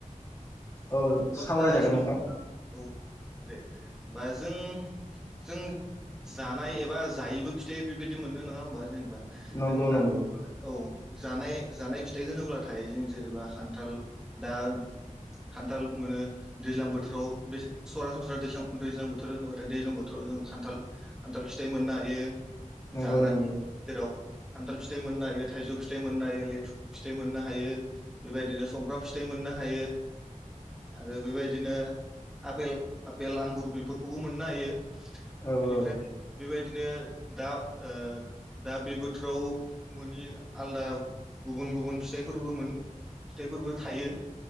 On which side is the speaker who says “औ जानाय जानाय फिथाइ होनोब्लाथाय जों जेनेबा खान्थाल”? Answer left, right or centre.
Centre